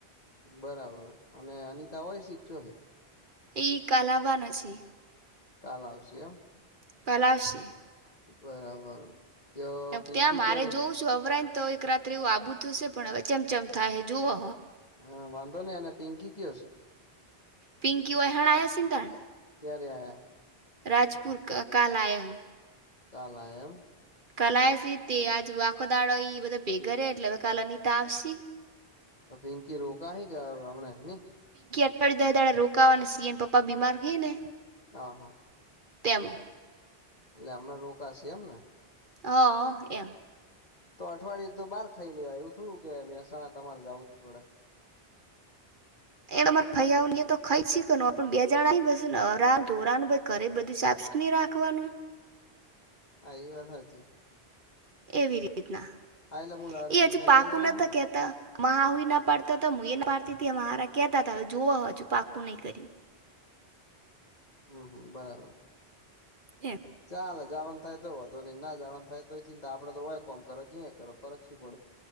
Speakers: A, on the left; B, on the right.
A: બરાબર અને અનિતા હોય શીખચો હ.
B: એ કાલાબનો છે.
A: કાલ આવશે એમ.
B: પલાવશે.
A: બરાબર. તો પિંકી
B: ત્યાં મારે
A: ક્યારે
B: જોવું છું અવરાઈન તો એક રાત્રે એવું આબુતુંશે પણ હવે ચમચમ થાય હ જુઓ.
A: હ વાધો ન અને પિંકી કેવ છે?
B: પિંકી હોય હણ આયા છે ને તાણ
A: ક્યા આયા?
B: રાજપુર કાલ આયા હૈ.
A: કાલ આયા એમ.
B: કાલા સ તે આજુ આખો દાડો બધા ભેગા એટલે હ કાલનીતા આવશ.
A: તો પિંકી રોકા હૈ કયા હમણા ને?
B: ળડી દાે રોકાવા અને સીએન પપ્પા બીમાર ગઈ ને.
A: હ હા.
B: તેમ.
A: એટલે હમણાં રોકાશે એમ ને.
B: હા એમ.
A: તો અઠવાડિયે તો બહાર ખાઈ લેવાય એવું થોડું કે મહેસાણા તમારે જવું છું પડે.
B: એ તમારે ફરીતો ખ શીખ બે જણાસ ને અમ ધોરાનું ઘરે બધું. સની રાખવાનું.
A: આઈ વા ભાજી.
B: એવી રીતના.
A: એટલે હું અરવિંદ
B: એ હજી
A: ને
B: પાકુ
A: બે જણા
B: નતા
A: હી ને
B: કહેતા મહુ ના પાડતા હતા મુ પાડતી મહારાજ. કતા હતા હવે જોવા હજુ પાકું નહી કર્યું.
A: હમ હમ બરાબર.
B: એમ
A: ચાલ જવાન થાય તો વધો નહી ના જવાન થાય તોય ચિંતા આપડે તો હોય કોમ કરો ક કરો ફરક શું પડે.